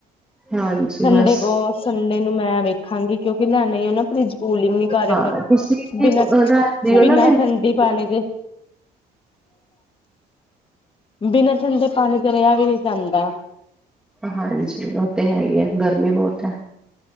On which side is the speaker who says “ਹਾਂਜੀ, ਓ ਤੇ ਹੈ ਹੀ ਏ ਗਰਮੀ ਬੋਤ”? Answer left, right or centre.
Centre